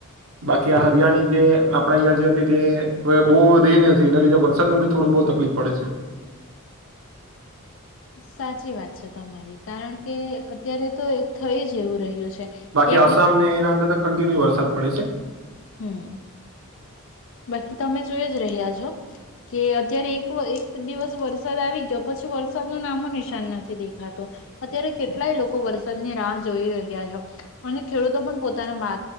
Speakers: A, on the right; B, on the left.
A: બાકી આ હરિયાણી જે આપણા અહીંયા જે હતી તે હવે બો રે થી એના લીધે વરસાદમાં બી થોડું બો તકલીફ પડે છે.
B: સાચી વાત છે તમારી કારણ કે અત્યારે તો થઈ જવું રહ્યું છે.
A: બાકી
B: એક
A: આસામ
B: દિવસ
A: ને એના અંદર ત કન્ટિન્યુ વરસાદ પડે છે.
B: હમ બાકી તમે જોઈ જ રહ્યા છો કે અત્યારે એક એક દિવસ વરસાદ આવી ગયો પછી વરસાદ ન નામો નિશાન નથી દેખાતું અત્યારે કેટલાય લોકો વરસાદની રાહ જોઈ રહ્યા છો અને ખેડૂતો પણ પોતાના વા